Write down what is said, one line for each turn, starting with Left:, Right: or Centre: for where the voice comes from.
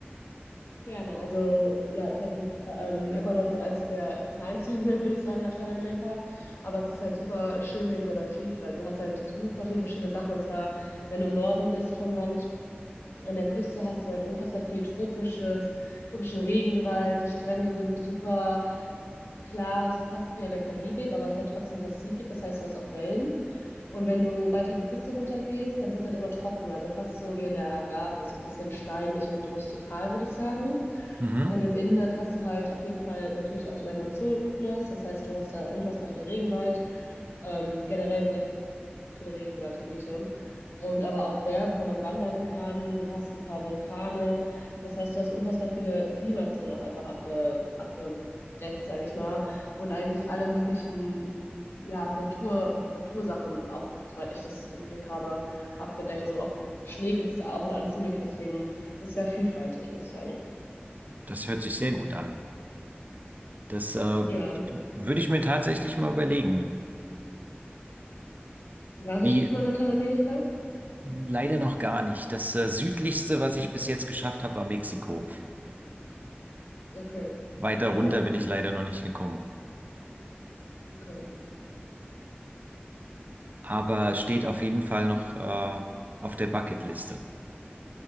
Left: Gerne. Also, ja, ich weiß nicht, ähm, Ecuador ist halt eins der kleinsten, <laughs> Länder, würde ich sagen, in Lateinamerika. Aber es ist halt super schön wegen seiner Vielfalt. Du hast halt super viel verschiedene Sachen. Und zwar, wenn du im Norden bist vom Land, an der Küste hast du halt unfassbar viel tropisches, tropischen Regenwald. Die Strände sind super klar, so fast wie an der Karibik, aber es ist halt trotzdem Pazifik. Das heißt, du hast auch Wellen. Und wenn du weiter die Küste runtergehst, dann wird es halt immer trockener, also fast so wie in der Agave, so ein bisschen steinig und rustikal, würde ich sagen.
Right: Mhm,
Left: Und im Inland hast du halt auf jeden Fall natürlich auch den Amazonas, das heißt, du hast da unfassbar viel Regenwald, ähm, generell sehr viele Regenwaldgebiete und aber auch Berge, wo man wandern kann. Du hast ein paar Vulkane. Das heißt, du hast unfassbar viele Klimazonen auch einfach abge abgedeckt, sage ich mal. Und eigentlich alle möglichen ja, Natur, Natursachen, auch soweit ich das im Blick habe, abgedeckt. Also auch Schnee gibt es da auch und alles Mögliche. Deswegen es ist es sehr vielfältig, muss ich sagen.
Right: das hört sich sehr gut an. Das äh, w-
Left: Ja.
Right: würde ich mir tatsächlich mal überlegen.
Left: Warst
Right: Wie,
Left: du schon mal in Lateinamerika?
Right: leider noch gar nicht. Das äh, südlichste, was
Left: Okay,
Right: ich bis jetzt geschafft habe, war Mexiko.
Left: okay.
Right: Weiter runter
Left: Ja,
Right: bin ich leider noch nicht gekommen.
Left: okay.
Right: Aber steht auf jeden Fall noch äh, auf der Bucketliste.